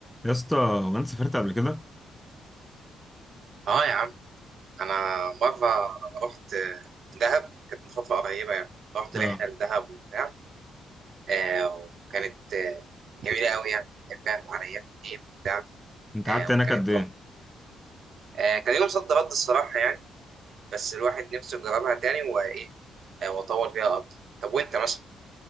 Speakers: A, in the centre; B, on the right.
A: يا اسطى وانت سافرت قبل كده؟
B: اه يا عم انا مره رحت دهب كانت من فتره قريبه يعني رحت
A: اه
B: رحله لدهب وبتاع آه وكانت آه جميله قوي يعني كان فيها فعاليات كتير وبتاع
A: انت
B: آه
A: قعدت هناك
B: وكانت
A: قد ايه؟
B: تحفه آه كان يوم صد رد الصراحه يعني بس الواحد نفسه يجربها تاني وايه آه واطول فيها اكتر طب وانت مثلا